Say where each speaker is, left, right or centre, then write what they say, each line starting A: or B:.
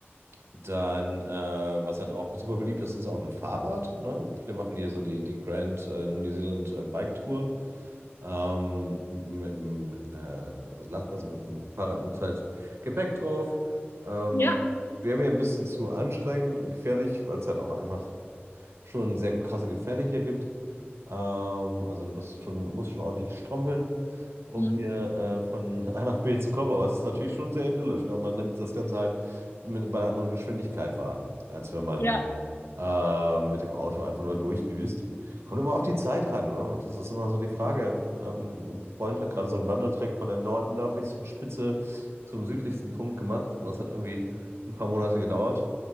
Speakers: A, on the right (about 90°); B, on the left (about 65°).
A: dann, äh, was halt auch super beliebt ist, ist auf dem Fahrrad. Ne? Viele machen hier so die, die Grand äh, New Zealand äh, Bike Tour. Ähm, mit, mit, dem, äh, also mit dem Fahrrad mit halt Gepäck drauf. Ähm,
B: Ja.
A: Wäre mir ein bisschen zu anstrengend und gefährlich, weil es halt auch einfach schon sehr krasse Gefälle hier gibt. Ähm, also du bist schon, musst schon ordentlich strampeln um
B: Mhm.
A: hier äh, von A nach B zu kommen. Aber es ist natürlich schon sehr idyllisch. Ne? Und man nimmt das Ganze halt mit, bei einer anderen Geschwindigkeit wahr, als wenn man
B: Ja.
A: äh, mit dem Auto einfach nur durchdüst. Kommt immer auf die Zeit an. Ne? Das ist immer so die Frage. Ähm, ein Freund hat gerade so einen Wandertrack von der nord nördlichsten Spitze zum südlichsten Punkt gemacht. Und das hat irgendwie ein paar Monate gedauert.